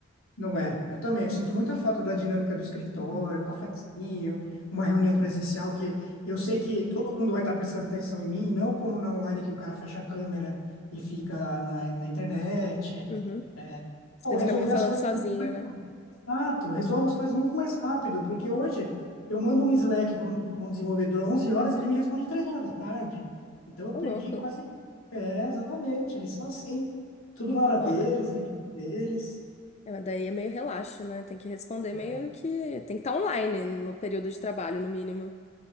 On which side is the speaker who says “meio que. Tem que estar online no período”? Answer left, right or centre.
Left